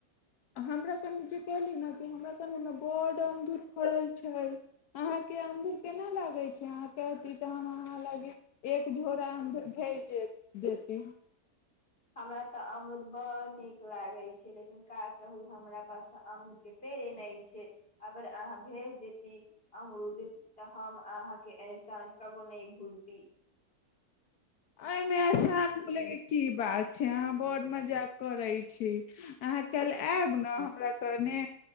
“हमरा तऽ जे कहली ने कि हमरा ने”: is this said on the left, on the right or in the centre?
Left